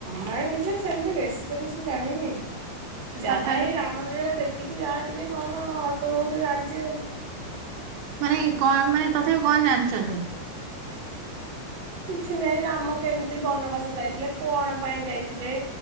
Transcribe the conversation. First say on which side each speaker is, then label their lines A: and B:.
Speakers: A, on the right; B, on the right.
A: ରାମାୟଣ ବିଷୟରେ ସେମିତି ବେଶୀ ତ କିଛି ଜାଣିନି ଯାହା
B: ତଥାପି?
A: ହେଇ ରାମ ଲୀଳା ଦେଖିକି ଯାହା ଟିକେ କଣ ଅଳ୍ପ ବହୁତେ ଜାଣିଚି ଆଉ।
B: ମାନେ କଁ ମାନେ ତଥାପି କଣ ଜାଣିଛନ୍ତି?
A: କିଛି ନାଇଁ ରାମ କେମିତି ବନବାସ ଯାଇଥିଲେ କଣ ପାଇଁ ଯାଇଥିଲେ।